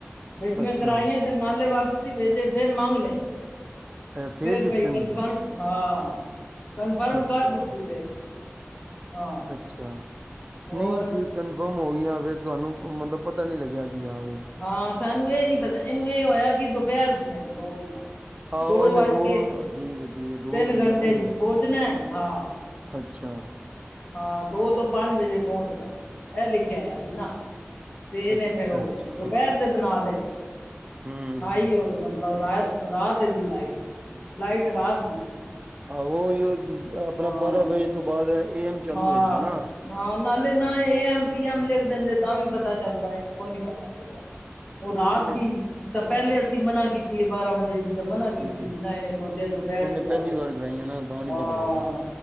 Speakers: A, on the left (about 30°); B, on the right (about 25°).
A: ਬਈ ਜਿਵੇਂ
B: ਅੱਛਾ
A: ਕਰਾਈਆਂ। ਨਾਲੇ ਵਾਪਸੀ ਵੇਜੇ ਫੇਰ ਮੰਗ ਲੈਣ
B: ਐ
A: ਫੇਰ
B: ਦਿੱਤੇ
A: ਬਾਈ ਕਨਫਰਮ
B: ਨੇ
A: ਹਾਂ, ਕਨਫਰਮ
B: ਤੁਸੀਂ ਅੱਛਾ।
A: ਕਰ ਦਿੱਤੀ ਫਿਰ ਹਾਂ
B: ਅੱਛਾ
A: ਹੋਰ।
B: ਨਹੀਂ ਤੁਸੀਂ ਕਨਫਰਮ ਹੋ ਗਈਆਂ। ਫੇਰ ਤੁਹਾਨੂੰ ਮਤਲਬ ਪਤਾ ਨੀ ਲੱਗਿਆ ਕੀ ਹਾਂ ਵੀ।
A: ਹਾਂ, ਸਾਨੂੰ ਇਹ ਨੀ ਪਤਾ ਇਹਨੂੰ ਇਹ ਹੋਇਆ ਕਿ ਦੁਪਹਿਰ ਦੀਆਂ ਦੋ ਦੀਆ।
B: ਆਹੋ
A: ਦੋ
B: ਇਹਨੇ
A: ਵੱਜ
B: ਦੋ
A: ਕੇ
B: ਠੀਕ ਹੈ ਠੀਕ ਹੈ ਦੋ
A: ਤਿੰਨ
B: ਵੇਖਿਆ
A: ਘੰਟੇ
B: ਨਾ ਇਹਨੇ
A: ਚ ਪਹੁੰਚਣਾ ਹਾਂ।
B: ਅੱਛਾ,
A: ਹਾਂ, ਦੋ ਤੋਂ ਪੰਜ ਵਜੇ ਪਹੁੰਚਣਾ ਇਹ ਲਿਖਿਆ, ਆਇਆ ਸੀ ਨਾ। ਤੇ ਇਹਨੇ
B: ਅੱਛਾ
A: ਫਿਰ ਉਹ
B: ਅੱਛਾ
A: ਦੁਪਹਿਰ ਦੇ ਬਣਾ ਲੇ,
B: ਹਮ
A: ਆਈ ਹੋ ਉਹ ਮਤਲਬ ਰਾਤ ਦੀ ਲਾਈਟ ਲਾਈਟ ਰਾਤ ਦੀ ਸੀ।
B: ਹਾਂ ਉਹੀ ਆਪਣਾ
A: ਹਾਂ
B: ਬਾਰਾਂ ਵਜੇ੍ ਤੋਂ ਬਾਅਦ। ਐਮ ਚਾਲੂ
A: ਹਾਂ,
B: ਹੋ ਜਾਂਦਾ ਨਾ
A: ਨਾਲੇ ਨਾ ਏ ਐਮ ਪੀ ਐਮ ਲਿਖ ਦਿੰਦੇ ਤਾਂ ਵੀ ਪਤਾ ਚੱਲਦਾ ਇਹਨੂੰ ਕੋਈ ਨੀ ਪਤਾ ਚੱਲਿਆ। ਉਹ ਰਾਤ
B: ਇਹਨੇ
A: ਦੀ ਤਾਂ ਪਹਿਲੇ ਅਸੀਂ ਮਨਾ ਕੀਤੀ ਹੈ ਬਾਰਾਂ ਵਜੇ ਦੀ। ਮਨਾ ਕੀਤੀ
B: ਹਮ
A: ਸੀ ਨਾ ਇਹਨੇ ਸੋਚਿਆ ਦੁਪਹਿਰ
B: ਉਹਨੇ
A: ਦੀ
B: ਪਹਿਲੀ
A: ਆ ਗਈ
B: ਵਾਰ ਕਰਾਈ ਨਾ ਤਾਂ ਨੀ
A: ਹਾਂ।
B: ਪਤਾ ਲੱਗਿਆ ਉਹਨੂੰ